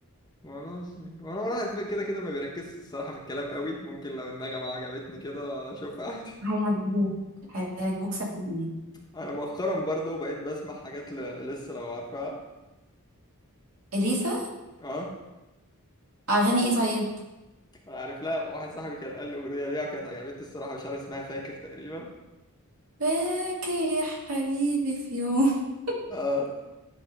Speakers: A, on the left; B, on the right.
A: خلاص ماشي. وانا واحد كده كده ما بيركزش الصراحة في الكلام قوي ممكن لو النغمة عجبتني كده اشوفها عادي
B: هيعجبوك هيعجبوك صدقني
A: انا مؤخرا برضو بقيت بسمع حاجات ل... لسه لو عارفها
B: إليسا
A: اه
B: أغاني ايه طيب
A: انا عارف لها واحد صاحبي كان قال لي اغنيه ليها وكانت عجبتني الصراحه مش عارف اسمها فاكر تقريبا
B: باكي يا حبيبي في يوم <laughs>
A: اه